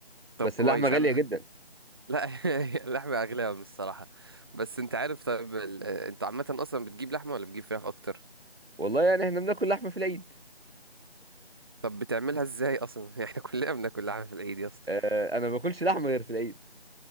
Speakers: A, on the right; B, on the right.
A: طب
B: بس
A: كويس
B: اللحمه غاليه
A: انا
B: جدا
A: <laughs> لا <laughs> اللحمه اغلى من الصراحه بس انت عارف طيب ال... انت عامه اصلا بتجيب لحمه ولا بتجيب فراخ اكتر
B: والله يعني احنا بناكل لحمه في العيد
A: طب بتعملها ازاي اصلا <laughs> احنا كلنا بناكل لحمه في العيد يا اسطى
B: آه، انا ما باكلش لحمه غير في العيد